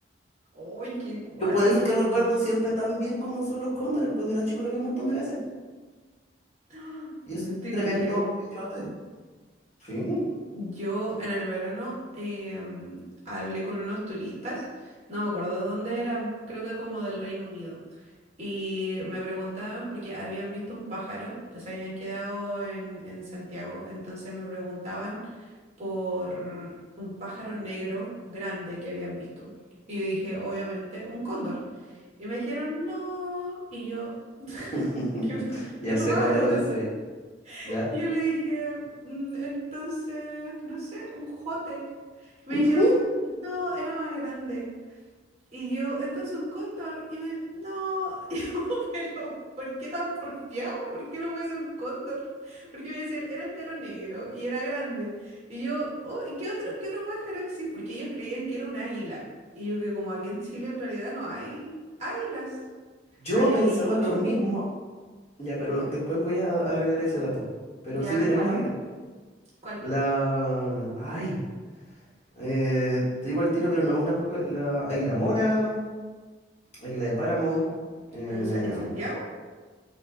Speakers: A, on the right; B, on the left.
A: ¡Ay, qué cuático!
B: Yo por eso es que recuerdo siempre tan bien cómo son los cóndores, porque cuando era chico lo vi un montón de veces.
A: ¡Ah!
B: Y es
A: No te
B: tremendo
A: creo.
B: bichote. Sí,
A: Yo en el verano em, hablé con unos turistas, no me acuerdo de dónde eran, creo que como del Reino Unido. Y me preguntaban porque habían visto un pájaro, se habían quedado en, en Santiago, entonces me preguntaban por un pájaro negro grande que habían visto. Y yo dije, obviamente, un cóndor. Y me dijeron, no. Y yo,
B: <laughs>
A: ¿qué otro, <laughs>
B: ya
A: qué otro
B: sé
A: pájaro
B: para dónde va
A: va
B: tu
A: a
B: historia.
A: ser?
B: ¿ya?
A: Y yo le dije, "Mm, entonces, no sé, un jote. Me
B: Ujú.
A: dijeron, no, era más grande. Y yo, entonces un cóndor, y me, no, <laughs> Y yo, pero ¿por qué tan porfiado? ¿Por qué no puede ser un cóndor? Porque me decían, era entero negro y era grande. Y yo, oh, ¿y ¿qué otro, qué otro pájaro existe? Porque ellos creían que era un águila. Y yo que como aquí en Chile en realidad no hay águilas,
B: Yo
A: hay aguilucho.
B: pensaba lo mismo, ya, pero después voy a agregar ese dato. Pero
A: Ya,
B: sí
A: a ver
B: tenemos
A: cuál,
B: águila.
A: cuál.
B: La... Ay, eh, te digo el tiro, pero no es una poco... La águila mora, águila de páramo, eh,
A: ¿Pero en, Sa- en Santiago?